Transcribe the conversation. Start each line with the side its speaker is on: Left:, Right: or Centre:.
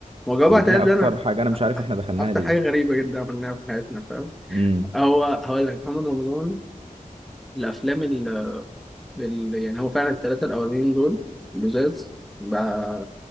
Centre: ما هو
Right: ودي
Centre: جواب اعتقاد
Right: اكتر
Centre: ده انا
Right: حاجة انا مش عارف احنا دخلناها
Centre: اكتر
Right: ليه
Centre: حاجه غريبه جدا عملناها في حياتنا فاهم
Right: امم
Centre: هو هقول لك محمد رمضان الافلام ال ال- يعني هو فعلا الثلاثه الاولانيين دول لزاز بقى